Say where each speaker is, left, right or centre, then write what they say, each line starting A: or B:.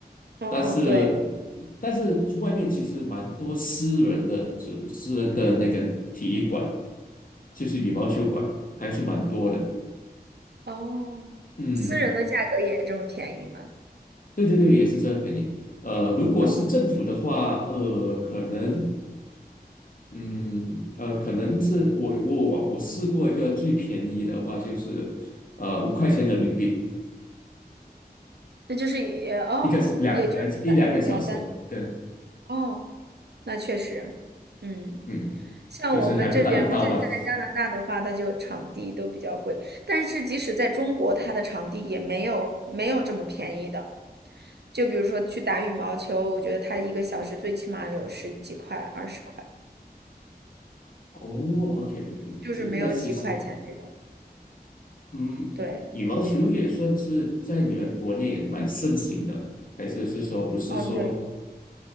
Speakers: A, on the right; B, on the left.
A: 嗯嗯，
B: 但是，
A: 对，
B: 但是外面其实蛮多私人的，就私人的那个体育馆，
A: 嗯，
B: 就是羽毛球馆，还是蛮多的。
A: 哦，
B: 嗯，
A: 私人的价格也这么便宜吗？
B: 对对对，也是这个便宜。呃，如果是政府的话，
A: 哦，
B: 呃，可能嗯，呃，可能是我我我我试过一个最便宜的话，就是呃五块钱人民币
A: 那就是也哦，
B: 一个两呃一两个小时对，
A: 也就是三两三哦，那确实，嗯。
B: 嗯，
A: 像我们这边，
B: 就是还不到一刀吧。
A: 我现在在加拿大的话，它就场地都比较贵，但是即使在中国，它的场地也没有没有这么便宜的。就比如说去打羽毛球，我觉得它一个小时最起码有十几块、二十块，
B: 哦，OK，
A: 就是没有几块钱这种。
B: 这那其实嗯，
A: 对，
B: 羽毛球也算是在你们国内也蛮盛行的，还是是说不是说
A: 嗯，对，